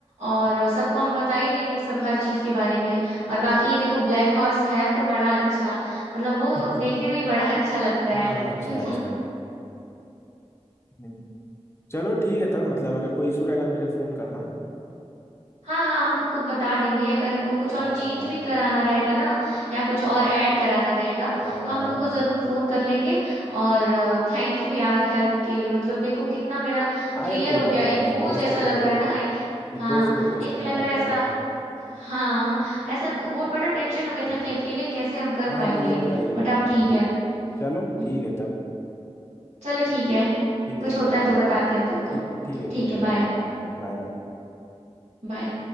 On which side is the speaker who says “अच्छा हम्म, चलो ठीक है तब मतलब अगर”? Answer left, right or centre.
Left